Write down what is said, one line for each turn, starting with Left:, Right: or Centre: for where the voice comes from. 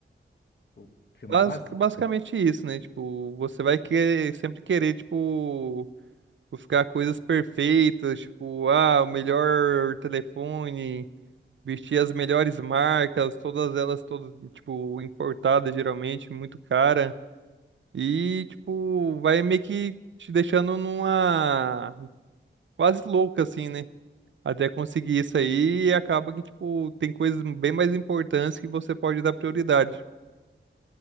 Left: o filme
Right: Basic-
Left: passa?
Right: basicamente isso, né? Tipo, você vai querer, sempre querer, tipo. buscar coisas perfeitas, tipo, ah, o melhor telefone, vestir as melhores marcas, todas elas, todas, tipo, importadas geralmente, muito cara. E, tipo, vai meio que te deixando numa quase louca, assim, né? Até conseguir isso aí, e acaba que, tipo, tem coisas bem mais importantes que você pode dar prioridade.